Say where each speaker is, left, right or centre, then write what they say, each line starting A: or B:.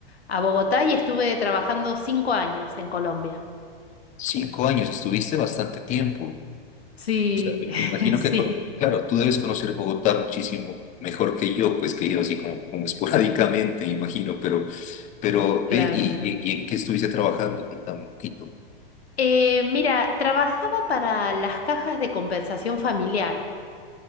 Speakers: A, on the left; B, on the left.
A: a Bogotá y estuve trabajando cinco años en Colombia.
B: Cinco años, estuviste bastante tiempo.
A: Sí,
B: O sea, me
A: <laughs>
B: me imagino
A: sí,
B: que, cono- claro, tú debes conocer Bogotá muchísimo mejor que yo, pues que he ido así como, como esporádicamente, me imagino, pero, pero
A: claro.
B: ve, y, y- y en qué estuviste trabajando? Contame un poquito.
A: Eh, mira, trabajaba para las cajas de compensación familiar.